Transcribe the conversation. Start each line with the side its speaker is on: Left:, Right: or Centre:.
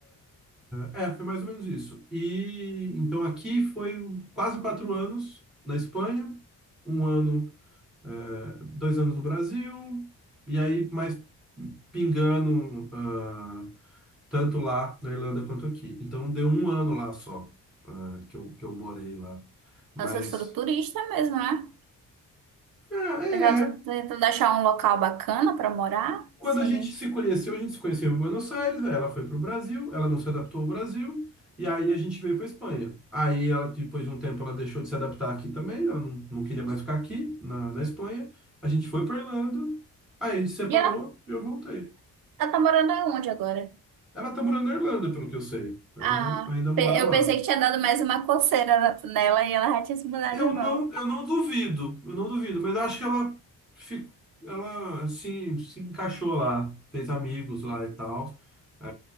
Centre: É, é, foi mais ou menos isso. E então aqui foi quase quatro anos na Espanha, um ano, é, dois anos no Brasil, e aí mais pingando ah, tanto lá na Irlanda quanto aqui. Então deu um ano lá só, ah, que eu, que eu morei lá. Mas,
Right: Então, Vocês foram turista mesmo, né?
Centre: ah, é,
Right: Vocês estavam
Centre: é.
Right: tentando achar um local bacana pra morar?
Centre: quando
Right: Sim.
Centre: a gente se conheceu, a gente se conheceu em Buenos Aires, aí ela foi para o Brasil, ela não se adaptou ao Brasil, e aí a gente veio para Espanha. Aí, ela, depois de um tempo, ela deixou de se adaptar aqui também, ela não, não queria mais ficar aqui, na, na Espanha. A gente foi para Irlanda, aí a gente separou
Right: E ela,
Centre: e eu voltei.
Right: ela tá morando onde agora?
Centre: Ela tá morando na Irlanda, pelo que eu sei. Ainda,
Right: Ah,
Centre: ainda mora
Right: pe- eu
Centre: lá.
Right: pensei que tinha dado mais uma coceira na- nela e ela já tinha se mudado
Centre: Eu
Right: de novo.
Centre: não, eu não duvido, eu não duvido, mas eu acho que ela ficou, ela assim, se encaixou lá, fez amigos lá e tal. É,